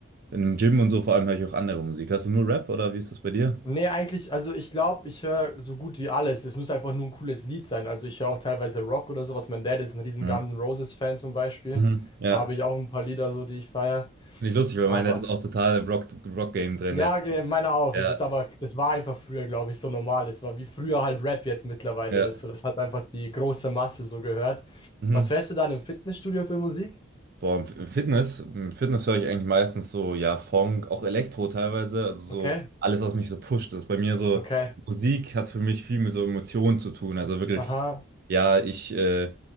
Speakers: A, on the right; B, on the left.
A: Im Gym und so vor allem höre ich auch andere Musik. Hörst du nur Rap oder wie ist das bei dir?
B: Nee, eigentlich, also ich glaube, ich höre so gut wie alles. Es muss einfach nur ein cooles Lied sein. Also ich höre auch teilweise Rock oder sowas. Mein Dad ist ein riesen
A: Mhm.
B: Guns N' Roses-Fan zum Beispiel.
A: Mhm. Ja,
B: Da habe ich auch ein paar Lieder so, die ich feiere.
A: finde ich lustig, weil
B: Aber
A: meiner ist auch total im Rock, Rock-Game drin.
B: ja,
A: Der ist
B: ge-
A: auch,
B: meine auch.
A: ja,
B: Es ist aber, das war einfach früher, glaube ich, so normal. Es war wie früher halt Rap jetzt mittlerweile
A: ja.
B: ist. So, das hat einfach die große Masse so gehört.
A: Mhm.
B: Was hörst du dann im Fitnessstudio für Musik?
A: Boah, im Fitness, im Fitness höre ich eigentlich meistens so, ja, Funk, auch Elektro teilweise, also so
B: Okay,
A: alles, was mich so pusht. Das ist bei mir so,
B: okay,
A: Musik hat für mich viel mit so Emotionen zu tun. Also wirklich,
B: aha,
A: so, ja, ich, äh,